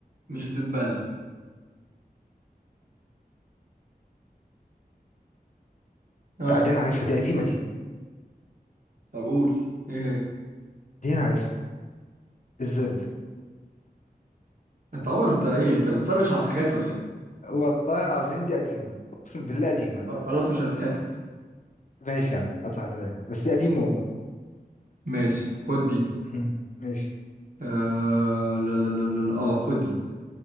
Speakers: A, on the right; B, on the left.
A: مش هتتبل اه
B: لا دي انا عارفها دي قديمه دي
A: طب قول ايه هي
B: دي انا عارفها الذل
A: انت عمر انت ايه انت بتسرش على الحاجات ولا ايه
B: والله العظيم دي قديمة أقسم بالله قديمة
A: طب خلاص مش هتتحسب
B: ماشي يا عم هات واحدة تاني بس دي قديمة والله
A: ماشي خد دي
B: مم. ماشي
A: آه لا لا لا لا لا. اه خد دي